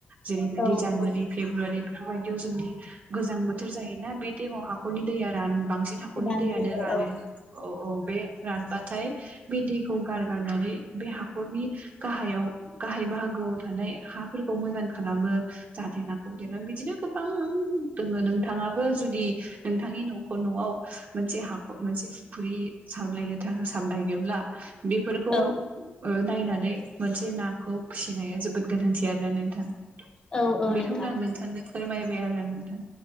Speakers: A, on the right (about 55°); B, on the left (about 25°).
A: जेरैबायदि
B: औ
A: जानुवारि,
B: औ
A: फेब्रुवारि बेफोरबायदियाव जोंनि गोजां बोथोर जायोना बे टाइमाव हाखरनि दैया रान बांसिन हाखरनि
B: रानजोबो
A: दैयानो रानो
B: औ
A: औ औ बे रानबाथाय बे दैखौ गारगारनानै बे हाखरनि गाहायाव, गाहाय बाहागोआव थानाय हाफोरखौ मोजां खालामो। जाहाथे नाखौ देरो बिदिनो गोबां दोङो। नोंथाङाबो जुदि नोंथांनि न'खर न'आव मोनसे हाखर मोनसे फुख्रि सामलायनो था सामलायनोब्ला बेफोरखौ
B: औ
A: नायनानै मोनसे नाखौ फिसिनाया जोबोद गोनांथि आरोना नोंथां।
B: औ औ
A: बेखौनो
B: नोंथां
A: आं नोंथांनो फोरमायबाय आरो नोंथां।